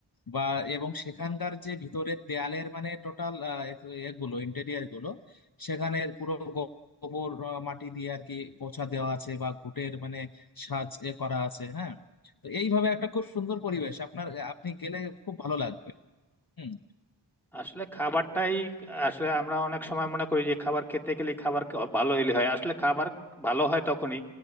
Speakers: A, on the left; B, in the centre.
A: বা এবং সেখানকার যে ভিতরের দেয়ালের মানে টোটাল এগুলো ইন্টেরিয়ার গুলো সেখানে পুরো গো- গোবর আহ, মাটি দিয়ে আর কি পোছা দেওয়া আছে বা ঘুটের মানে সাজ এ করা আছে হ্যাঁ তো এইভাবে একটা খুব সুন্দর পরিবেশ আপনার আপনি গেলে খুব ভালো লাগবে হুম
B: আসলে খাবারটাই আসলে আমরা অনেক সময় মনে করি যে খাবার খেতে গেলে খাবার খে- ভালো হইলে হয় আসলে খাবার ভালো হয় তখনই